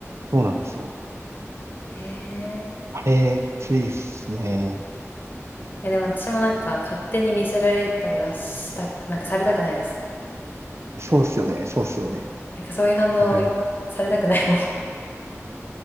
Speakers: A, on the right; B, on the left.
A: そうなんですよ。
B: へえ。
A: あれ、きついっすね。
B: いやでも私もなんか勝手に見せられたりはした、なんかされたくないです。
A: そうっすよね、そうっすよね。
B: なんかそういう反応されたくないもん。
A: わかります。